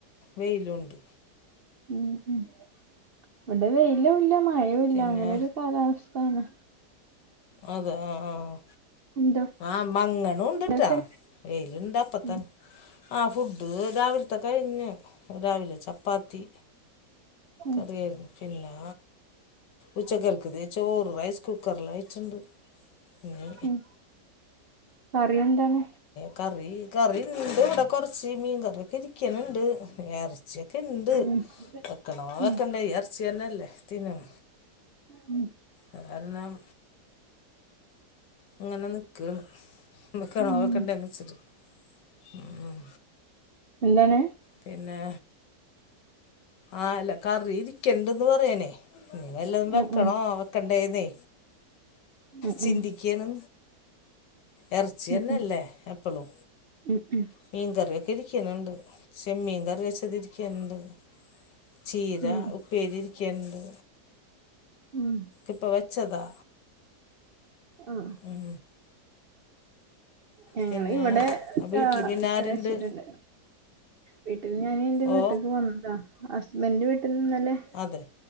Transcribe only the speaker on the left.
വെയിലുണ്ട്
പിന്നെ
അതെ ആ ആഹ്
ആ മങ്ങല് ഉണ്ടട്ടാ
വെയിലുണ്ട് അപ്പത്തന്നെ
ആ ഫുഡ് രാവിലത്തെ കഴിഞ്ഞ് രാവിലെ ചപ്പാത്തി
കാറിയായിരുന്നു പിന്നെ ഉച്ചകല്ത്തെ ചോറ് റൈസ് കുക്കറിൽ വെച്ചുണ്ട് ഇനി
കറി കറിണ്ട് ഇവിടെ കുറച്ച് മീൻ കറി ഒക്കെ ഇരിക്കുന്ന്ണ്ട് പിന്നെ ഇറച്ചിയൊക്കെ ഇണ്ട്
വെക്കണോ
വെക്കണ്ടെ ഇറച്ചി തന്നെല്ലേ തിന്നണ
അ കാരണം അങ്ങനെ നിക്കാണ് വെക്കണോ
വെക്കണ്ടന്ന് വച്ചിട്ട് ഉം
പിന്നെ ആ അല്ല കറി ഇരിക്കണ്ടന്ന് പറയനേ ഇനി വല്ലതും
വെക്കണോ
വെകണ്ടേന്നേ
ചിന്തിക്കെണ്
എറച്ചി
തന്നെല്ലേ
എപ്പോളും
മീൻ കറിയൊക്കെ ഇരിക്കുന്നുണ്ട് ചെമ്മീൻ കറി വെച്ചതിരിക്കനുണ്ട് ചീര
ഉപ്പേരിഇരിക്കണ്ട്
ഇപ്പൊ വെച്ചതാ
ഉം
പിന്നെ
വീട്ടിൽ പിന്നെ ആരുണ്ട്
ഓ
അതെ